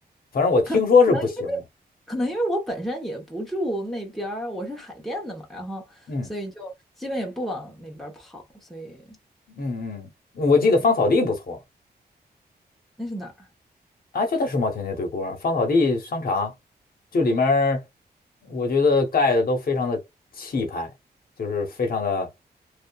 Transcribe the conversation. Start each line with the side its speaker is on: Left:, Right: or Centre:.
Left: 反正我听说是不行了。
Centre: 可能可能因为可能因为我本身也不住那边儿，我是海淀的嘛，然后所以就基本也不往那边儿跑，
Left: 嗯
Centre: 所以
Left: 嗯嗯，我记得芳草地不错。
Centre: 对，那是哪儿
Left: 啊，就在世贸天阶对过儿啊，芳草地商场，就里面儿，我觉得盖的都非常的气派，就是非常的